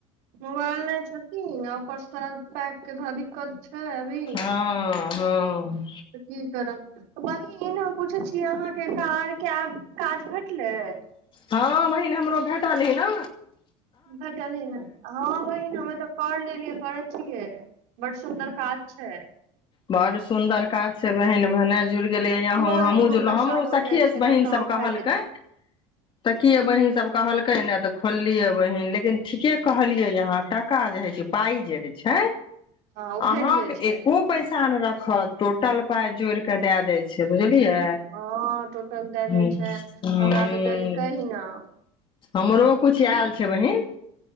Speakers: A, on the right (about 70°); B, on the left (about 35°).
A: मोबाइल लै छथिन आ ओपरस थोरा पाई के थोरा दिक्कत छै अभी
B: हं हं
A: तऽ की करब बहिन हम पूछै छी अहाँके कार्य के आब काज भेटलै
B: हँ बहिन हमरो भेटल ही न
A: भेटलै ने हँ बहिन हमे तऽ कर लेलियै करै छियै बड सुन्दर काज छै
B: बड़ सुंदर काज छै बहिन भने जुड़ गेलियै अहूँ
A: इहो
B: हमुँ
A: एक दू
B: जुड़लौं
A: पैसा
B: हमरो
A: हो
B: सखिये
A: जाइ छै
B: बहिन
A: तऽ काम
B: सब कहलकै
A: भए जाइ छै
B: सखिये बहिन सब कहलकै ने तऽ खोललियै बहिन लेकिन ठीके कहलियै अहाँ टाका जे होइ छै पाइ जे होइ छै
A: हँ ओ भेट
B: अहाँके
A: जाइ छै
B: एको पैसा नै रखत टोटल पाय जोड़ि क दए देय छै बुझलियै
A: हँ टोटल दैए
B: हूँ
A: दै छै
B: हूँ
A: हमरा तऽ देलकै ही न
B: हमरो किछु आयल छै बहिन